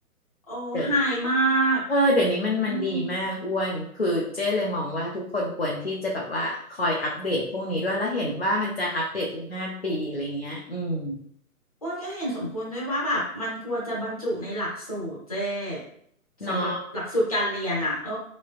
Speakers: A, on the left; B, on the left.
A: โอ้หายมาก
B: เดี๋ยวเออเดี๋ยวนี้มันมันดีมากอ้วนคือเจ๊เลยมองว่าทุกคนควรที่จะแบบว่าคอยอัปเดตพวกนี้ด้วยแล้วเห็นว่ามันจะอัปเดตทุกห้าปีอะไรเงี้ยอืม
A: อืม อ้วนก็เห็นสมควรด้วยว่าแบบมันควรจะบรรจุในหลักสูตรเจ้
B: เนาะ
A: สำหรับหลักสูตรการเรียนอ่ะโอ้